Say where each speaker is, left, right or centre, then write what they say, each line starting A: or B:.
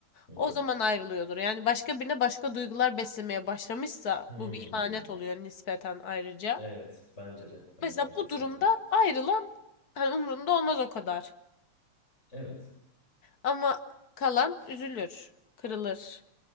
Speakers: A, on the left; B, on the left.
A: hı
B: O
A: hı,
B: zaman ayrılıyordur. Yani başka birine başka duygular beslemeye başlamışsa
A: hmm.
B: bu bir ihanet oluyor nispeten ayrıca.
A: Evet, bence de. Bence
B: Mesela
A: de
B: bu
A: kesinlikle.
B: durumda ayrılan hani umrunda olmaz o kadar.
A: Evet.
B: Ama kalan üzülür, kırılır.